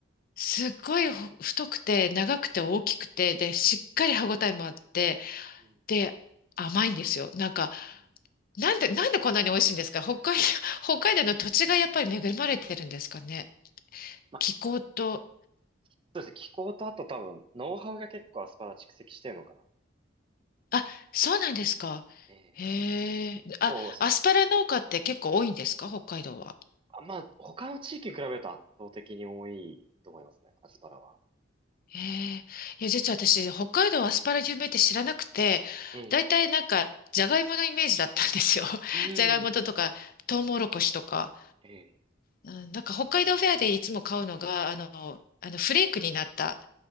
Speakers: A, on the left; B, on the right.
A: すっごいほ太くて、長くて、大きくて、で、しっかり歯ごたえもあって、
B: うん
A: で、甘いんですよ。なんか、
B: うん
A: なんで、なんでこんなに美味しいんですか北海、<laughs> 北海道の土地がやっぱり恵まれてるんですかね。
B: まあ、
A: 気候と、
B: そうですね。気候とあと多分、ノウハウが結構アスパラ蓄積してるのかな。
A: あ、そうなんですか。
B: ええ
A: へえ。
B: こう、
A: あ、
B: そ
A: アスパラ農家って結構多いんですか北海道は。
B: あまあ、他の地域に比べると圧倒的に多いと思いますね。アスパラは。
A: ええいや、実は私、北海道はアスパラ有名って知らなくて、
B: ええ
A: 大体なんか、じゃがいものイメージだったんですよ。<laughs>
B: うん。
A: じゃがいもととか、トウモロコシとか。
B: ええ
A: うん、なんか北海道フェアでいつも買うのが、あの、あのフレークになった